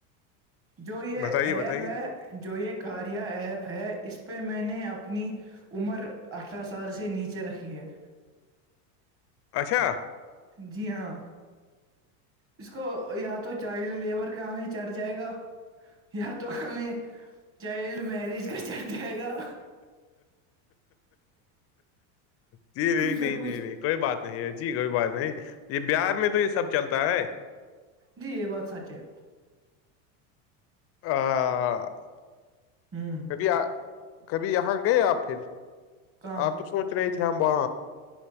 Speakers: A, on the right; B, on the left.
A: جو یہ
B: بتائیے
A: ایپ
B: بتائیے
A: ہے جو یہ کاریا ایپ ہے اس پہ میں نے اپنے اپنی عمر اٹھارہ سال سے نیچے ھ رکھی ہے
B: اچھا
A: جی ہاں اس کو یا تو چائلڈ لیبر کا ہمیں چڑھ جائے گا یا تو ہمیں چائلڈ میرج کا چڑھ جائے گا
B: جی نہیں
A: کچھ
B: نہیں
A: نہ کچھ
B: نہیں نہیں کوئی بات نہیں ہے جی کوئی بات نہیں یہ بہار میں تو یہ سب چلتا ہے
A: جی یہ بات سچ ہے
B: آ <inaudible>
A: ہ
B: کبھی آ <inaudible> کبھی یہاں گئے آپ پھر
A: کہاں
B: آپ تو سوچ رہے تھے <unintelligible> اےبا